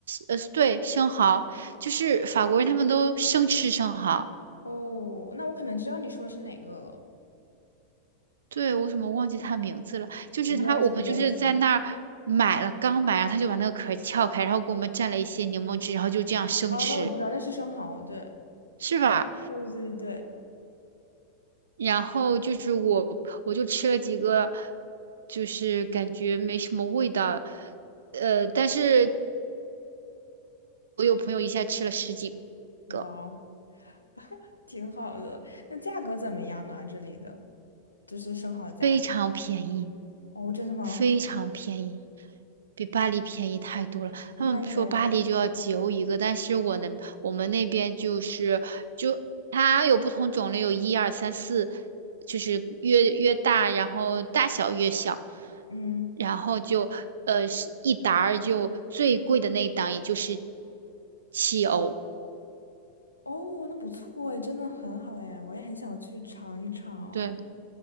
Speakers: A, on the right; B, on the left.
A: 呃对生蚝，就是法国人他们都生吃生蚝。
B: 哦，那我可能知道你说是哪个了。
A: 对，我怎么忘记他名字了？就是他，
B: 没关系，
A: 我们就是在那儿买了，
B: 没关系。
A: 刚买，然后他就把那个壳撬开，然后给我们蘸了一些柠檬汁，然后就这样生吃，
B: 哦，那我知道，那是生蚝，对，
A: 是吧？
B: 对对对，，
A: 然后就是我，我就吃了几个，就是感觉没什么味道，呃，但是我有朋友一下吃了十几
B: 哇哦，
A: 个，
B: <laughs> 挺好的。那价格怎么样啊？这里的就是生蚝价格。
A: 非常便宜。
B: 哦，真的吗？
A: 非常便宜，比巴黎便宜太多了。他们说巴黎就要几欧一个，
B: 那应该是不贵。
A: 但是我能，我们那边就是就它有不同种类，有一二三四，就是越越大，然后大小越小，
B: 嗯。
A: 然后就呃是一沓儿就最贵的那一档也就是七欧。
B: 哦，那不错哎，真的很好哎，我也很想去尝一尝。
A: 对，